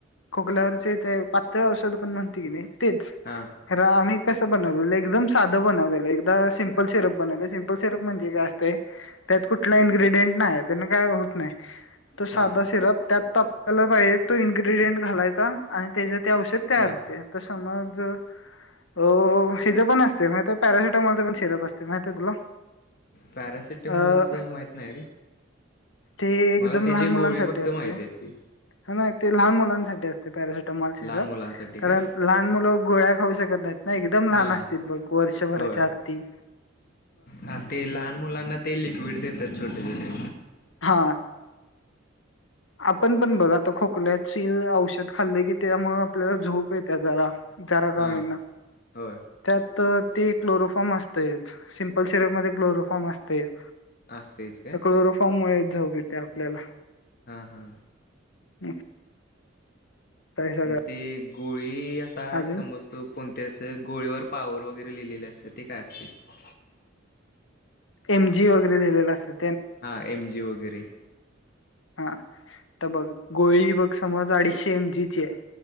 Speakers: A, on the left; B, on the left.
A: खोकल्यावरचेय एक पातळ औषध पण म्हणतय कने तेच
B: हा
A: खर आम्ही कस बनवलेलं एकदम साधं बनवलेलं एकदा सिंपल सिरप बनवलं सिपल सिरप म्हणजे काय असतंय. त्यात कुठला इनग्रेडियंट नाय त्यान काय होत नाय. तो साधा
B: हा
A: सिरप त्यात आपला पाहिजे तो इन्ग्रेडियंट घालायचा आणि त्याज ते औषध तयार
B: हा
A: होतय. आता समज अ हिजं पण असतय महितीयाय पॅरासुटामॉलच पण शिरप असतय महीतीयाय तुला?
B: पॅरासिटेमॉलचं
A: अ
B: माहित नाही रे.
A: ते एकदम
B: मला त्याची
A: लहान मुलांसाठी
B: गोळी फक्त
A: असतय
B: माहित आहे ती
A: हा ना ते लहान मुलांसाठी असतय पॅरशट मॉल सिरप
B: लहान मुलांसाठी
A: कारण
B: काय
A: लहान मुल गोळ्या खाऊ शकत नाही ना एकदम लहान
B: हा
A: असतील बघ वर्षभरा
B: होय
A: त्या आतली.
B: हा ते लहान मुलांना ते लिक्विड देतात छोटे छोटे.
A: हा आपण पण बघ आता खोख कल्याची औषध खाल्ल की तेज्यामुळ आपल्याला झोप इत्या जरा. जरा का
B: हा
A: होईना,
B: होय
A: त्यात ती क्लोरोफॉर्म असतयच सिम्पल सिरपमध्ये क्लोरोफॉर्म असतयच.
B: असतेच काय
A: त्या क्लोरोफॉर्म मुळेच झोप इत्या आपल्याला.
B: हा हा.
A: <inaudible> सगळं
B: अम्म ते गोळी आता
A: अजून
B: समज तू कोण ते असं गोळीवर पॉवर वगैरे लिहिलेलं असतंय ते काय असतंय?
A: एमजी वगैरे लिहिलेला असेल.
B: हा एम जी वगैरे?
A: हां तर बघ गोळी बघ समज अडीचशे एम जीची आहे.